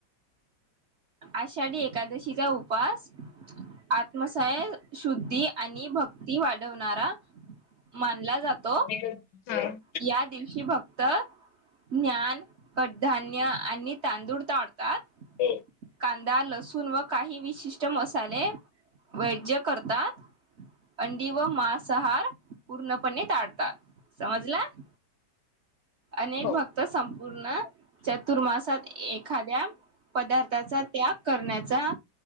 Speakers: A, on the right; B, on the left.
A: आषाढी एकादशीचा उपास आत्मसय शुद्धी आणि भक्ती वाढवणारा मानला जातो.
B: हम हा.
A: या दिवशी भक्त ज्ञान, कडधान्य आणि तांदूळ ताडतात.
B: ह.
A: कांदा, लसूण व काही विशिष्ट मसाले वैज्य करतात. अंडी व मांसाहार पूर्णपणे टाळतात. समजलं? अनेक
B: हो
A: भक्त संपूर्ण चातुर्मासात एखाद्या पदार्थाचा त्याग करण्याचा